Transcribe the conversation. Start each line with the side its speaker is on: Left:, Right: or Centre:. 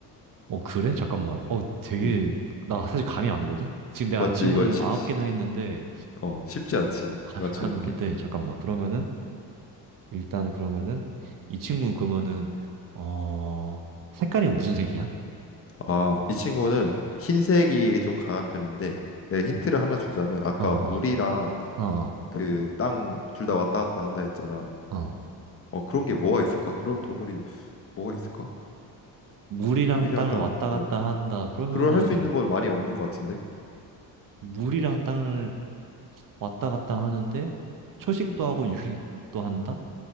Right: 어, 그래? 잠깐만. 어, 되게,
Left: 음,
Right: 나 사실 감이 안 오거든? 지금 내가
Left: 맞지
Right: 질문
Left: 이거 쉬,
Right: 아홉
Left: 쉬-
Right: 개나 했는데,
Left: 어 쉽지 않지
Right: 감이
Left: 맞추는
Right: 안 오는데,
Left: 게.
Right: 잠깐만. 그러면은, 일단은 그러면은 이 친구는 그러면은 어 색깔이 무슨 색이야?
Left: 아, 이 친구는 흰색이 좀 강한 편인데 내 힌트를 하나 주자면 아까
Right: 어, 어,
Left: 물이랑
Right: 어,
Left: 그 땅 둘 다 왔다 갔다 한다 했잖아.
Right: 어. 어.
Left: 어 그런 게 뭐가 있을까? 그런 동물이 뭐가 있을까?
Right: 물이랑
Left: 물이랑
Right: 땅을
Left: 땅,
Right: 왔다 갔다
Left: 어
Right: 한다. 그러면은
Left: 그걸 할 수 있는 건 많이 없는 것 같은데.
Right: 물이랑 땅을 왔다 갔다 하는데 초식도
Left: 음,
Right: 하고 육식도 한다?